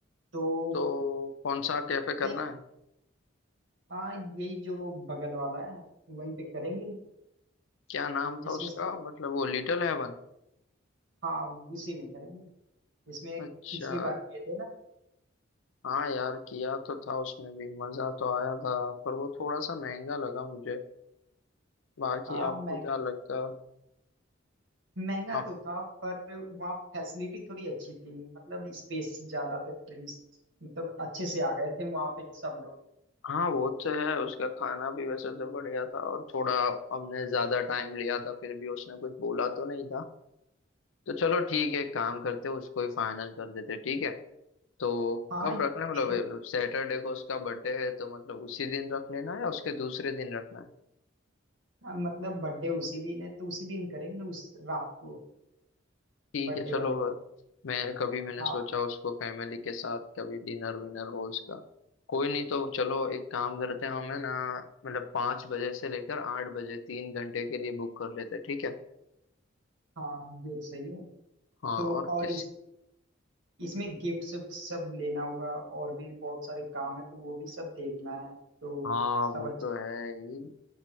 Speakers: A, on the right; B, on the left.
A: तो
B: तो कौन सा कैफे करना
A: ते-
B: है
A: हाँ यही जो बगल वाला है वहीं पे करेंगे
B: क्या नाम
A: जिसमें
B: था उसका
A: सब
B: मतलब वो लिटिल हेवन
A: हाँ उसी में करेंगे जिसमें
B: अच्छा
A: पिछली बार किए थे ना
B: हाँ यार किया तो था उसमें भी मजा तो आया था पर वो थोड़ा सा महंगा लगा मुझे बाकी
A: हाँ
B: आपको
A: मह-
B: क्या लगता है
A: महंगा
B: आप
A: तो था पर वहाँ फैसिलिटी थोड़ी अच्छी थी मतलब स्पेस ज्यादा थे फ्रेंड्स मतलब अच्छे से आ गए थे वहाँ पे सब लोग
B: हाँ वो तो है उसका खाना भी वैसे तो बढ़िया था और थोड़ा हमने ज्यादा टाइम लिया था फिर भी उसने कुछ बोला तो नहीं था तो चलो ठीक है काम करते हैं, उसको ही फाइनल कर देते ठीक है तो
A: हाँ
B: कब रखना है मतलब
A: फिर,
B: सैटरडे को उसका बर्थडे है तो मतलब उसी दिन रख लेना है या उसके दूसरे दिन रखना है
A: मतलब बर्थडे उसी दिन है तो उसी दिन करेंगे ना उस रात को
B: ठीक
A: बर्थडे
B: है चलो
A: वाले दिन
B: मैं कभी मैंने
A: हाँ
B: सोचा उसको फैमिली के साथ कभी डिनर विनर हो उसका कोई नहीं तो चलो एक काम करते हैं हमें ना मतलब पाँच बजे से लेकर आठ बजे तीन घंटे के लिए बुक कर लेते हैं ठीक है
A: हाँ ये तो सही है
B: हाँ
A: तो
B: और
A: और
B: किस
A: इस इसमें गिफ्ट सब सब लेना होगा और भी बहुत सारे काम है तो वो भी सब देखना है तो
B: हाँ वो
A: सब अच्छा
B: तो है ही